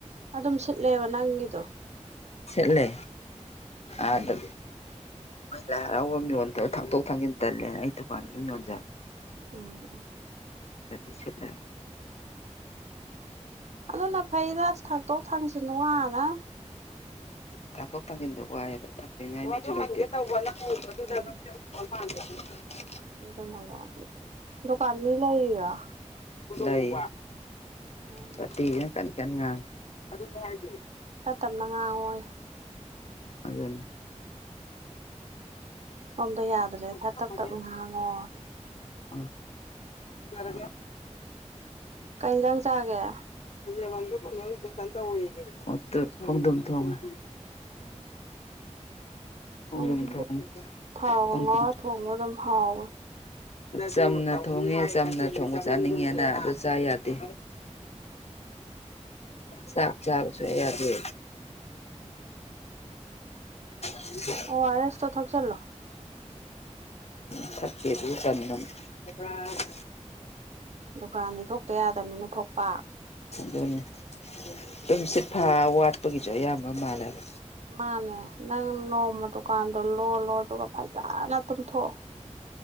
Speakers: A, on the right (about 65°); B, on the left (about 60°).
A: ꯑꯗꯨꯝ ꯁꯤꯠꯂꯦꯕ ꯅꯪꯒꯤ
B: ꯁꯤꯠꯂꯦ ꯑꯥꯗ ꯃꯣꯏ ꯂꯥꯏ ꯍꯔꯥꯎꯕꯝ ꯌꯣꯟꯕꯗꯣ ꯊꯥꯡꯇꯣꯛ ꯊꯥꯡꯖꯤꯟ ꯇꯜꯂꯦ ꯑꯩ ꯇꯨꯀꯥꯟꯗ ꯑꯗꯨꯝ ꯌꯣꯟꯖꯕ
A: ꯎꯝ
B: ꯑꯗꯨ ꯁꯤꯠꯂꯦ
A: ꯑꯗꯨꯅ ꯐꯩꯗ ꯑꯁ ꯊꯥꯡꯇꯣꯛ ꯊꯥꯡꯁꯤꯟ ꯋꯥꯅꯝꯅꯤ
B: ꯊꯥꯡꯇꯣꯛ ꯊꯥꯡꯖꯤꯟꯗꯣ ꯋꯥꯏꯕ ꯈꯪꯗꯦꯅꯦ ꯑꯩꯖꯨ ꯑꯗꯨ ꯉꯪꯒꯦ ꯇꯧꯕ ꯅꯪ ꯎꯕꯗꯨꯗ
A: ꯎꯝ
B: <unintelligible> <unintelligible>
A: <unintelligible> ꯗꯨꯀꯥꯟ ꯃꯤ ꯂꯩꯔꯥ
B: ꯂꯩ
A: ꯎꯝ
B: ꯀꯇꯤꯖꯤꯅ ꯀꯟ ꯀꯟ ꯉꯥꯡꯏ
A: ꯈꯔ ꯇꯞꯅ ꯉꯥꯡꯉꯣꯌꯦ
B: ꯑꯗꯨꯅꯦ
A: ꯁꯣꯝꯗ ꯌꯥꯗ꯭ꯔꯦꯗ ꯈꯔ
B: ꯊꯝꯃꯒꯦ
A: ꯇꯞ ꯇꯞꯅ ꯉꯥꯡꯉꯣ
B: <unintelligible>
A: ꯀꯩ ꯌꯦꯟꯖꯥꯡ ꯆꯥꯒꯦ
B: <unintelligible> ꯈꯣꯝꯗꯨꯝ ꯊꯣꯡꯉꯦ
A: ꯑꯣ
B: ꯈꯣꯡꯗꯨꯝ
A: ꯈꯣꯡꯗꯨꯝꯗꯣ
B: ꯊꯣꯡ
A: ꯊꯥꯎꯕ
B: ꯈꯣꯡꯗꯨꯝ
A: ꯉꯧꯔꯒ ꯊꯣꯡꯕꯗꯣ ꯑꯗꯨꯝ ꯍꯥꯎꯕꯅꯦ
B: ꯆꯝꯅ ꯊꯣꯡꯉꯦ ꯆꯝꯅ ꯊꯣꯡꯕ ꯆꯥꯅꯤꯡꯉꯦꯅ ꯑꯗꯨ ꯆꯥ ꯌꯥꯗꯦ ꯆꯥꯛ ꯆꯥꯕ ꯁꯨꯛꯌꯥ ꯌꯥꯗ
A: ꯎꯝ ꯎꯝ
B: <unintelligible>
A: ꯑꯣ ꯑꯔ ꯑꯦꯁ ꯇꯣ ꯊꯛꯆꯜꯂꯣ
B: <unintelligible>
A: ꯗꯨꯀꯥꯟꯗꯤ ꯊꯣꯛꯇ ꯌꯥꯗꯕꯅꯤꯅ ꯊꯣꯛꯄ
B: ꯑꯗꯨꯅꯤ ꯇꯨꯝ ꯁꯤꯠꯐꯥ ꯋꯥꯠꯄꯒꯤꯁꯨ ꯑꯌꯥꯝꯕ ꯃꯥꯜꯂꯦꯕ
A: ꯃꯥꯅꯦ ꯅꯪ ꯅꯣꯡꯃ ꯗꯨꯀꯥꯟꯗꯣ ꯂꯣꯜꯂꯣ ꯑꯗꯨꯒ ꯐꯖꯅ ꯇꯨꯝꯊꯣꯛꯑꯣ